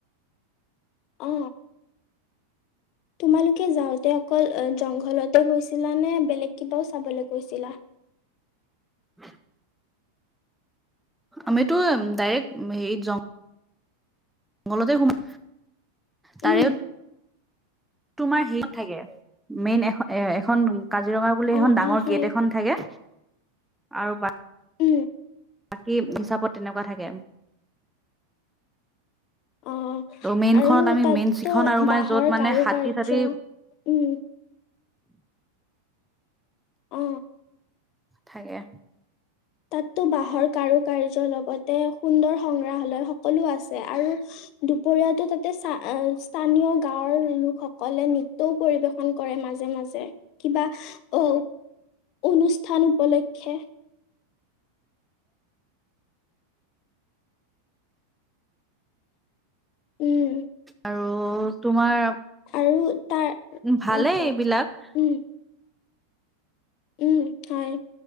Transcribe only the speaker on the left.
অ। তোমালোকে যাওঁতে অকল জংঘলতে গৈছিলা নে বেলেগ কিবাও চাবলৈ গৈছিলা?
উম
অ'
অ' হয়
উ।
অ'
আৰু
তাততো
বাঁহৰ
কাৰু
কাৰ্য
উম অ
তাততো বাঁহৰ কাৰু কাৰ্য লগতে সুন্দৰ সংগ্ৰাহালয় সকলো আছে আৰু দুপৰিয়াটো তাতে স্থানীয় গাঁৱৰ লোকসকলে নিত্য পৰিবেশন কৰে মাজে মাজে কিবা অ
অনুষ্ঠান উপলক্ষে উম
আৰু তাৰ
অ কোৱা
উম উম হয়